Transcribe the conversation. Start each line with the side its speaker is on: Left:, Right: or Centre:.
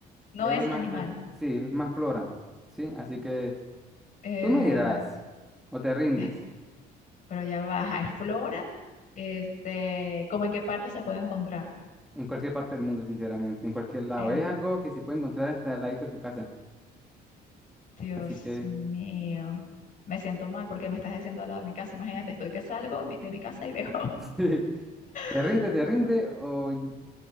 Left: No
Centre: es
Left: es
Centre: más
Left: animal.
Centre: que, sí, es más flora, ¿sí? Así que
Left: eh,
Centre: tú me dirás, o te rindes,
Left: eh, pero ya baja. Es flora. Este, ¿cómo en qué parte se puede encontrar?
Centre: en cualquier parte del mundo, sinceramente, en cualquier lado.
Left: Eh,
Centre: Es algo que se puede encontrar hasta al ladito de su casa.
Left: Dios
Centre: Así que,
Left: mío. Me siento mal porque me estás diciendo al lado de mi casa. Imagínate, estoy que salgo de mi de mi casa y veo.
Centre: <laughs> sí, ¿te
Left: <laughs>
Centre: rinde,
Left: No,
Centre: te rinde o...?